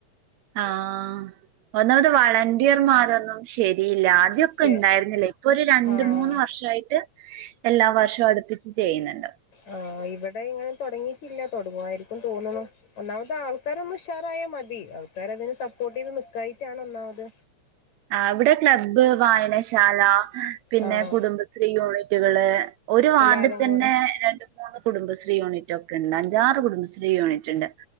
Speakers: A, on the right (about 75°); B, on the left (about 65°).
A: ആഹ് ഒന്നാമത് വളണ്ടിയർമാരൊന്നും ശരിയില്ല. ആദ്യൊക്കെ
B: പക്ഷെ
A: ഉണ്ടായിരുന്നില്ലേ ഇപ്പൊ ഒരു രണ്ട്
B: ആഹ്
A: മൂന്ന് വർഷയിട്ട് എല്ലാ വർഷവും അടുപ്പിച്ച് ചെയ്യുന്നുണ്ട്.
B: ആഹ് ഇവിടെ ഇങ്ങനെ തുടങ്ങിയിട്ടില്ല. തൊടങ്ങു ആയിരിക്കും തോന്നണ് ഒന്നാമത് ആൾക്കാര ഒന്ന് ഉഷാറായാ മതി ആൾക്കാര അതിന് സപ്പോർട്ട് ചെയ്ത് നിക്കായിട്ടാണ് ഒന്നാമത്
A: ആഹ് ഇവിടെ ക്ലബ് വായനശാല പിന്നെ
B: ആഹ്
A: കുടുംബശ്രീ യൂണിറ്റുകള് ഒരു വാർഡിൽ
B: എല്ലാരും
A: തന്നെ
B: കൂടെ
A: രണ്ട മൂന്ന് കുടുംബശ്രീ യൂണിറ്റ് ഒക്കെ ഉണ്ട്. അഞ്ചാറ് കുടുംബശ്രീ യൂണിറ്റ് ഉണ്ട്.